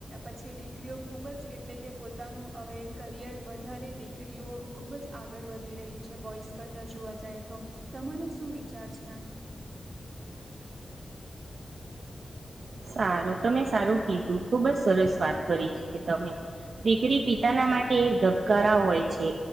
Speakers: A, on the right (about 50°); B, on the right (about 75°).
A: પછી દીકરીઓ ખુબ જ એટલે કે પોતાનું કરિયર વધારે દીકરીઓ ખુબ જ આગળ વધી રહી છે બોઇસ કરતા જોવા જાય તો તો તમારો શું વિચાર છે
B: સારું તમે સારું કીધું ખુબ જ સરસ વાત કરી છે તમે દીકરી પિતાના માટે એક ધબકારા હોય છે